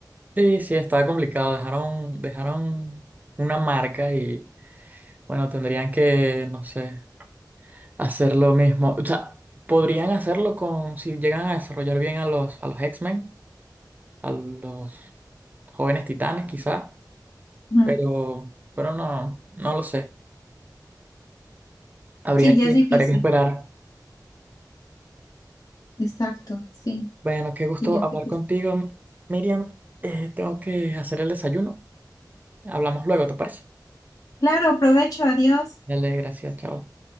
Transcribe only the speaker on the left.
Ujú.
Sí,
ya es difícil,
exacto, sí,
sí, ya es
difícil.
Claro, provecho, adiós.